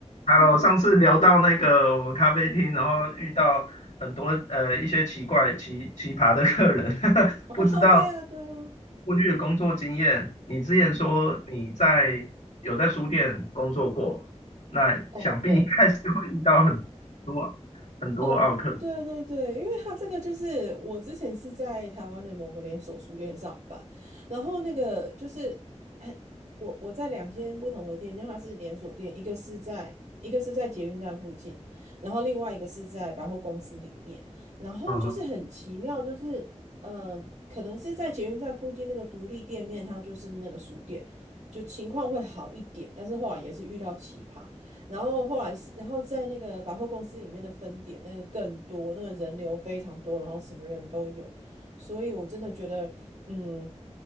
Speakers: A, on the left; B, on the right.
A: ，Hello，
B: 嗯
A: 上次聊到那个我们咖啡厅，
B: 嗯，
A: 然后遇到很多呃一些奇怪、奇奇葩的客人，<laughs>
B: 哦，
A: 不知道
B: 对啊，对啊，
A: 过去的工作经验。你之前说你在有在书店工作过，
B: 嗯，
A: 那想必应该是会遇到很多很多奥客。
B: 哦，对，哦，对对对，因为他这个就是我之前是在台湾的某个连锁书店上班，然后那个就是，哎我我在两间不同的店，因为它是连锁店，一个是在一个是在捷运站附近，然后另外一个是在百货公司里面，然后就是很奇妙，
A: 嗯哼，
B: 就是嗯、呃可能是在捷运站附近那个独立店面，它就是那个书店，就情况会好一点，但是后来也是遇到奇葩。然后后来是，然后在那个百货公司里面的分点，那个更多，那个人流非常多，然后什么人都有，所以我真的觉得，嗯，